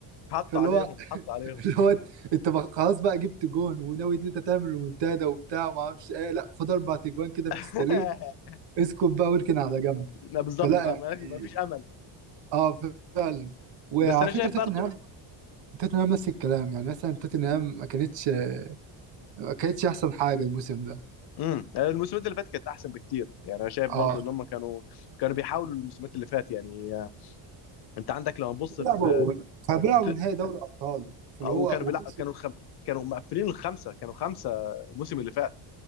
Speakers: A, on the left; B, on the right.
A: حط
B: فاللي
A: عليهم
B: هو
A: حط عليهم
B: اللي هو انت بقى- خلاص بقى جبت جون وناوي ان انت تعمل ريمونتادا وبتاع وما اعرفش ايه لا خد اربع تجوان كده في
A: <laughs>
B: السليم اسكت بقى واركن على جنب
A: لا بالظبط
B: فلا يعني
A: ما ما فيش امل
B: اه فعلا وعلى
A: بس انا
B: فكره
A: شايف
B: توتنهام
A: برضو
B: توتنهام نفس الكلام يعني مثلا توتنهام ما كانتش ما كانتش احسن حاجه الموسم ده
A: امم الموسمات اللي فاتت كانت احسن بكتير يعني انا شايف برضو
B: اه
A: ان هم كانوا كانوا بيحاولوا الموسمات اللي فات يعني آه، انت عندك لما تبص
B: بيلعبوا
A: في
B: كانوا بيلعبوا
A: ت-
B: نهائي دوري ابطال فاللي
A: او
B: هو
A: كانوا
B: وخسر
A: بيلع... كانوا الخم... كانوا مقفلين الخمسه كانوا خمسه الموسم اللي فات